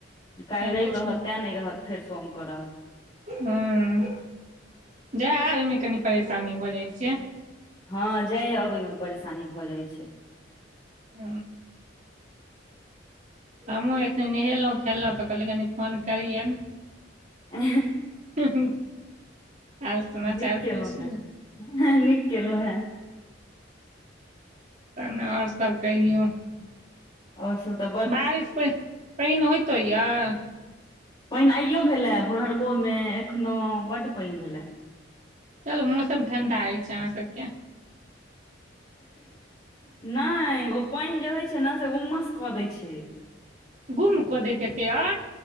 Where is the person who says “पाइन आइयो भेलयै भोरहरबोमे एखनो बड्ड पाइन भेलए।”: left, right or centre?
Left